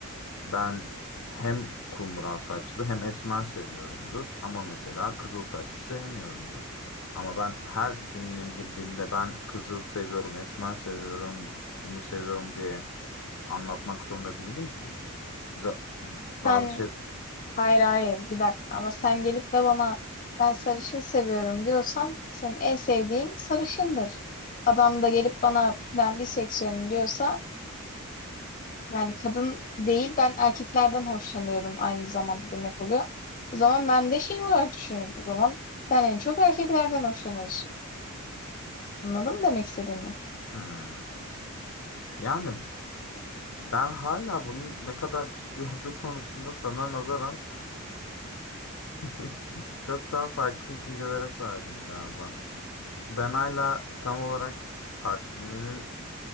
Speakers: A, on the left; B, on the left.
A: Ben hem kumral saçlı hem esmer seviyorumdur ama mesela kızıl saçlı sevmiyorumdur. Ama ben her cümleye girdiğimde ben kızıl seviyorum, esmer seviyorum, bunu seviyorum diye anlatmak zorunda değilim ki. Za- bazı
B: Sen
A: şey...
B: hayır hayır bir dakika ama sen gelip de bana ben sarışın seviyorum diyorsam senin en sevdiğin sarışındır. Adam da gelip bana ben biseksüelim diyorsa yani kadın değil ben erkeklerden hoşlanıyorum aynı zamanda demek oluyor. O zaman ben de şey olarak düşünüyorum. O zaman sen en çok erkeklerden hoşlanıyorsun. Anladın mı demek istediğimi?
A: Hmm. Yani ben hala bunun ne kadar ciddi <laughs> olduğu konusunda sana nazaran <laughs> çok daha farklı düşüncelere sahibim galiba. Ben hala tam olarak partnerinin